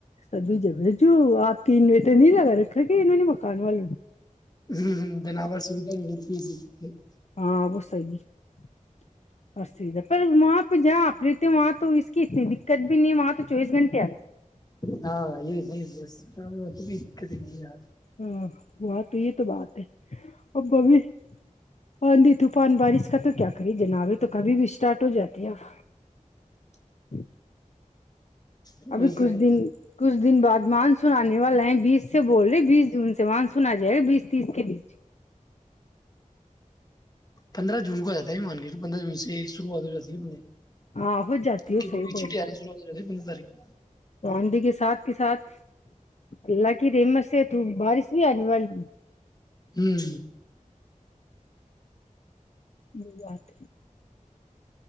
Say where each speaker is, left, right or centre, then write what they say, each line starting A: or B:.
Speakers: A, on the left; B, on the left.
A: سبھی جگہ جو آپ کے انویٹر نہیں لگا رکھا گ انہوں نے مکان والوں نے <unintelligible>
B: ہ ہ دن آبار سویدھا نہیں ملتی ت <unintelligible>
A: ہاں وہ صیحھا پر وہاں پہ جہاں آپ رہتے وہاں تو اس کی اتنی دقت بھی نہیں ہے وہاں تو چوبیس گھنٹے آتی
B: ہاں یہ ہے بس کوئی دقت ہی نہیں یار
A: ہے ہ ہاں تو یہ تو بات ہے ا بب <inaudible> آندی طوفان بارش کا تو کیا کری جنابی تو کبھی بھی اسٹارٹ ہو جاتی ہے اب <inaudible>
B: وہی
A: ابھی
B: تو
A: کچھ
B: ہے
A: دن کچھ دن بعد مان سناننے والا ہیں بیس سے بول رہے بیس جون سے وہاں سنا جائے گا بیس تیس کے بیچ
B: پندرہ جون کو جاتا ہے مان کے پندرہ جون سے شروعات ہو جاتی ہے اپنے
A: ہاں ہو جاتی
B: ان
A: ہو
B: کی پل
A: صحی
B: کی
A: بول
B: چھیٹیں
A: رہی
B: آنی شروعات ہو جاتی ہے پندرہ تاریخ
A: تو آدھی کے ساتھ کے ساتھ اللہگ رے مست سے توو بارش بھی آنے والی
B: ہوں
A: ب بات